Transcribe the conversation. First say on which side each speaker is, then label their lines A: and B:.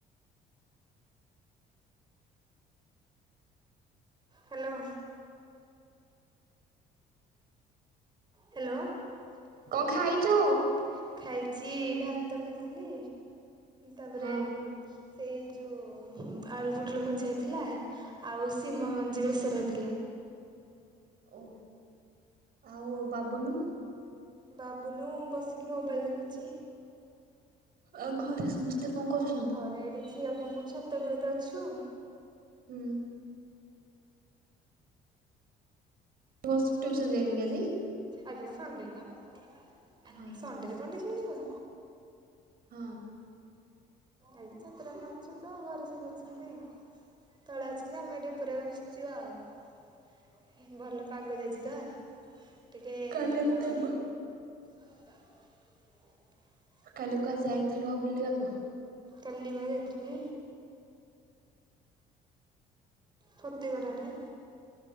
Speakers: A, on the right (about 25°); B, on the right (about 60°).
A: ହାଲୋ ହାଲୋ କୁଆଡେ
B: କଣ ଖାଇଛୁ
A: ପଳ ଖାଇଛି ଭାତ ଖାଇଥିଲି ତାପରେ
B: ହଁ
A: ଉ-ଉ-ଉ ସେଇ ଯୋଉ ଆଳୁପୋଟଳଭଜା ହେଇଥିଲା ଆଉ ଶିମମଞ୍ଜି
B: ହୁଁ
A: ବେସର ହେଇଥିଲା।
B: ଓ ଆଉ-ଉ-ଉ
A: ହୁଁ
B: ବାବୁନୁ?
A: ବାବୁନୁ ବସିକି ମୋବାଇଲ୍ ଦେଖୁଛି।
B: ଆଉ ଘରେ ସମସ୍ତେ ତୁ କଣ କରୁଛୁ?
A: ଘରେ ଏଠି ଝିଅକୁ ମୁଁ ଛାତ ଉପରେ ତ ଅଛୁ।
B: ହୁଁ। ପୁଅ ହ୍ୟୁସନ୍ ଯାଇନି କି ଆଜି?
A: ଆଜିିବା ସଣ୍ଡେ ଲୋ। ସଣ୍ଡେରେ
B: ହଁରେ
A: କଣ ଟ୍ୟୁସନ ଯିବ?
B: ହଁ।
A: ଏଠି ଛାତରେ ଆମେ ଅଛୁ ତ, ଘରେ ସବୁ ଅଛନ୍ତି। ତଳେ ଅଛନ୍ତି ଆମେ ଏଠି ଉପରେ ବ ଛୁ ଆଉ। ଭଲ ପାଗ ଦେଇଛି ତ। ଟିକେ
B: କାଲି ଏତେ
A: କଣ
B: ବ
A: ଆଉଟା <unintelligible>
B: କାଲି କୁଆଡେ ଯାଇଥିଲୁ ବୁଲିବାକୁ?
A: କାଲିବା ଯାଇଥିଲି। ଫତେଇ ଗୁଡା ଆଡ଼େ।